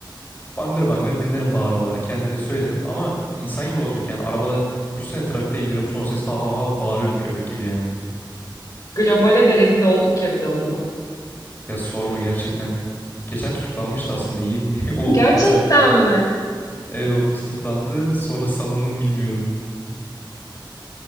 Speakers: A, on the left; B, on the left.
A: Bangır bangır dinlerim bağıra bağıra. Kendim de söylerim ama insan gibi olacak yani. Arabada düşünsene trafikte gidiyorum son ses hav hav hav bağırıyorum köpek gibi yani.
B: Globale de rezil olduk ya bir de onunla.
A: Ya sorma gerçekten. Geçen tutuklanmıştı aslında iyi mi <laughs> oldu
B: Gerçekten
A: desem.
B: mi?
A: Evet o tutuklandı. Sonra salındım bilmiyorum.